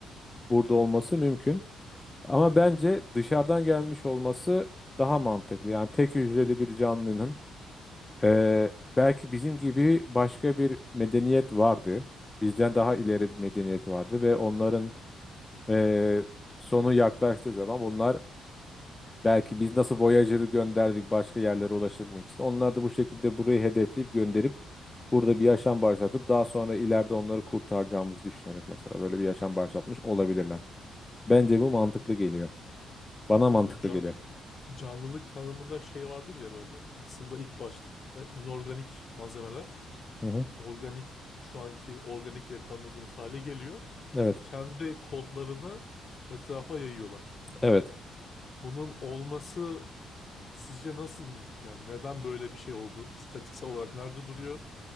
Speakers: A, on the left (about 20°); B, on the left (about 45°).
A: burada olması mümkün. Ama bence dışarıdan gelmiş olması daha mantıklı. Yani tek hücreli bir canlının e, belki bizim gibi başka bir medeniyet vardı. Bizden daha ileri
B: hı.
A: bir medeniyet vardı ve onların e, sonu yaklaştığı zaman bunlar Belki biz nasıl Voyager'ı gönderdik başka yerlere ulaşabilmek için. Onlar da bu şekilde burayı hedefleyip gönderip burada bir yaşam başlatıp daha sonra ileride onları kurtaracağımızı düşünerek mesela böyle bir yaşam başlatmış olabilirler. Bence bu mantıklı geliyor. Bana
B: Peki
A: mantıklı
B: bu ca-
A: geliyor.
B: canlılık tanımında şey vardır ya böyle aslında ilk başta inorganik malzemeler
A: Hı hı.
B: organik şu anki organik diye tanımladığımız hale geliyor.
A: Evet.
B: E, kendi kodlarını etrafa yayıyorlar.
A: Evet.
B: Bunun olması sizce nasıl mümkün? Yani neden böyle bir şey oldu? İstatiksel olarak nerede duruyor?